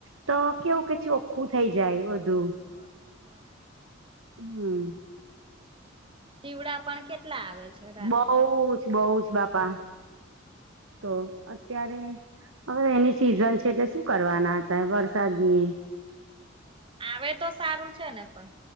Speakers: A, on the right; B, on the right.
A: તો કેવું કે ચોખ્ખું થઈ જાય બધું
B: બરા બરાબર
A: હમ્મ
B: જીવડા પણ કેટલા આવે છે. રાત્રે
A: બહુ જ બહૂ જ બાપા તો અત્યારે હવે એની સિઝન છે એટલે શું કરવાના હતા વરસાદની એ
B: આવે તો સારું છે ને પણ